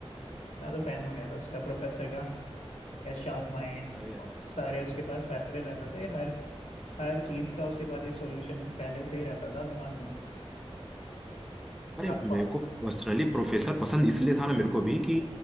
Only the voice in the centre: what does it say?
अरे अरे
अरे
मेरे को पर्सनली प्रोफेसर पसंद इसलिए था ना मेरे को भी कि